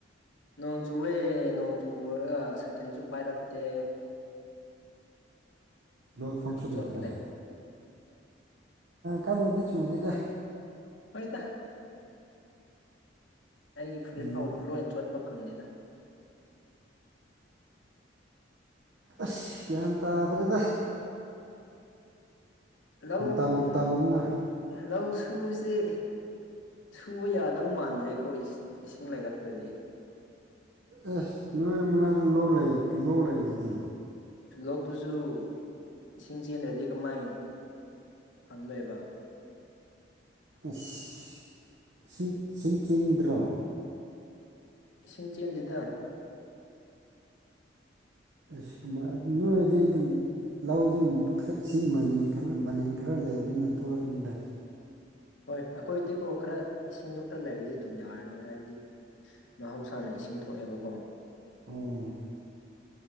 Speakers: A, on the left; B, on the right.
A: ꯅꯣꯡ ꯆꯨꯑꯦ ꯅꯣꯡ ꯆꯨꯨꯔꯒ ꯁꯇꯤꯟꯁꯨ ꯄꯥꯏꯔꯛꯇꯦ
B: ꯂꯣꯟꯐꯝꯁꯨ
A: ꯑꯗꯨꯝ
B: ꯂꯩꯇ꯭ꯔꯦ
A: ꯆꯣꯠꯂꯦ
B: ꯀꯥꯟꯝꯗꯤ ꯆꯨꯗꯦꯗ
A: ꯍꯣꯏꯗ ꯑꯩꯒꯤ ꯐꯨꯔꯤꯠ
B: ꯅꯣꯡꯃ
A: ꯐꯥꯎꯕ ꯂꯣꯏ ꯆꯣꯠꯄ ꯐꯪꯅꯤꯗ
B: ꯑꯁ ꯒ꯭ꯌꯥꯟ ꯇꯥꯗ꯭ꯔꯦꯗ
A: ꯂꯧ
B: ꯃꯇꯝ ꯃꯇꯝꯅꯤꯅ
A: ꯂꯧ ꯁꯨꯕꯁꯤ ꯁꯨꯕ ꯌꯥꯗꯧ ꯃꯥꯟꯗ꯭ꯔꯦꯀꯣ ꯏꯁꯤꯡ ꯂꯩꯔꯛꯇ꯭ꯔꯗꯤ
B: ꯑꯦꯁ ꯅꯣꯏ ꯃꯅꯥꯗ ꯂꯣꯛ ꯂꯣꯛ ꯂꯩꯗꯨꯗꯤ
A: ꯂꯣꯛꯇꯨꯁꯨ ꯏꯁꯤꯡ ꯆꯦꯟꯗ꯭ꯔꯗꯤ ꯀꯃꯥꯏ ꯐꯪꯗꯣꯏꯕ
B: ꯑꯁ ꯏꯁꯤꯡ ꯁꯤꯡ ꯆꯤꯡꯗ꯭ꯔꯣ
A: ꯏꯁꯤꯡ ꯆꯦꯟꯁꯤꯗ
B: ꯁꯤ ꯀꯃ ꯑꯗꯨꯣꯗꯤ ꯂꯧꯗꯨ ꯈꯔ ꯏꯁꯤꯡ ꯃꯅꯤꯟ ꯈꯔ ꯃꯅꯤꯟ ꯈꯔ ꯂꯩꯕꯅꯤꯅ ꯊꯣꯛꯂꯛꯀꯅꯤꯗ
A: ꯍꯣꯏ ꯑꯩꯈꯣꯏꯗꯤꯀꯣ ꯈꯔ ꯏꯁꯤꯡꯗꯣ ꯈꯔ ꯂꯩꯔꯗꯤ ꯑꯗꯨꯝ ꯌꯥꯔꯅꯤ ꯍꯥꯏꯕꯗꯤ ꯃꯍꯧꯁꯥꯅ ꯏꯁꯤꯡ ꯊꯣꯛꯑꯦꯕꯀꯣ
B: ꯑꯣꯝ